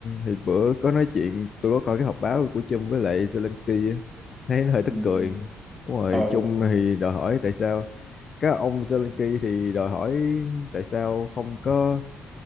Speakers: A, on the left; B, in the centre.
A: thì bữa có nói chuyện tôi có coi cái họp báo của Trump với lại Zelensky á, thấy nó hơi tức
B: ừ. ừ.
A: cười đúng rồi
B: Ờ.
A: Trung thì đòi hỏi tại sao Các ông Zelensky thì đòi hỏi tại sao không có